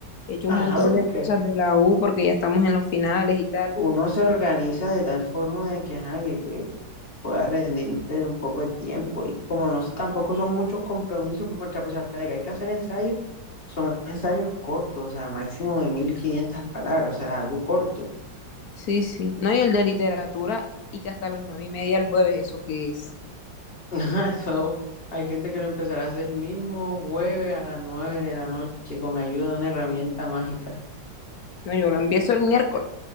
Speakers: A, on the left (about 65°); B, on the left (about 30°).
A: he hecho
B: Ajá,
A: un montón
B: porque
A: de cosas de la U porque ya estamos en los finales y tal.
B: uno se organiza de tal forma de que, ajá, que, que pueda rendirle un poco el tiempo y como no, s- tampoco son muchos compromisos, porque a pesar de que hay que hacer ensayos, son ensayos cortos, o sea, máximo de 1500 palabras, o sea, algo corto.
A: Sí, sí. No, y el de literatura y que hasta las nueve y media el jueves, ¿eso qué es?
B: <laughs> Ajá, Eso, hay gente que lo empezará a hacer el mismo jueves a las 9 de la noche con ayuda de una herramienta mágica.
A: No, yo lo empiezo el miércoles.